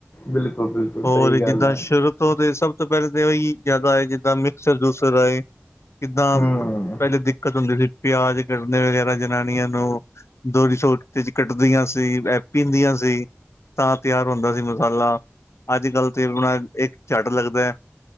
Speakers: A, on the left (about 50°); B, on the left (about 85°).
A: ਬਿਲਕੁਲ ਬਿਲਕੁਲ
B: ਹੋਰ
A: ਸਹੀ
B: ਜਿੱਦਾਂ
A: ਗੱਲ ਹੈ
B: ਸ਼ੁਰੂ ਤੋਂ ਤੇ ਸਭ ਸਭ ਤੋਂ ਪਹਿਲਾਂ ਤਾਂ ਉਹੀ ਜੈਦਾ ਆਏ ਜਿੱਦਾਂ ਮਿਕਸਰ ਜੂਸਰ ਆਏ ਕਿਦਾ
A: ਹਮ
B: ਪਹਿਲੇ ਦਿੱਕਤ ਹੁੰਦੀ ਸੀ ਪਿਆਜ ਕਟਨੇ ਵਗੈਰਾ ਜਨਾਨੀਆਂ ਨੂੰ ਦੋਰੀ ਸੋ ਵਿਚ ਕੱਟਦੀਆਂ ਸੀ ਇਹ ਪੀਂਦੀਆਂ ਸੀ ਤਾਂ ਤਿਆਰ ਹੁੰਦਾ ਸੀ ਮਤ ਮਸਾਲਾ ਅੱਜ ਕੱਲ ਤੇ ਆਪਣਾ ਇੱਕ ਝੱਟ ਲੱਗਦਾ ਹੈ